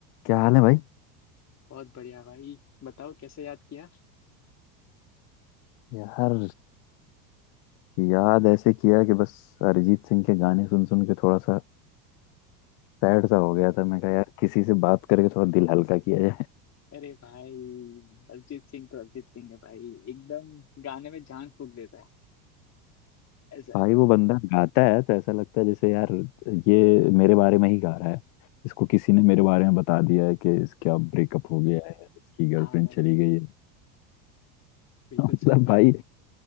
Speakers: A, on the left; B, on the left.
A: क्या हाल है भाई
B: बहुत बढ़िया भाई बताओ कैसे याद किया
A: यार याद ऐसे किया कि बस अरिजीत सिंह के गाने सुन सुन के थोड़ा सा सैड सा हो गया था मैं कहा यार किसी से बात करके थोड़ा दिल हल्का किया जाए
B: अरे भाई अरिजीत सिंह तो अरिजीत सिंह है भाई एकदम गाने में जान फूंक देता है
A: <laughs>
B: ऐसा
A: भाई
B: है
A: वो बंदा गाता है तो ऐसा लगता है जैसे यार ये मेरे बारे में ही गा रहा है इसको किसी ने मेरे बारे में बता दिया है कि इसका ब्रेकअप हो गया है इसकी गर्लफ्रेंड
B: हाँ भाई
A: चली गई है <laughs>
B: बिल्कुल
A: मतलब
B: सही है भाई
A: भाई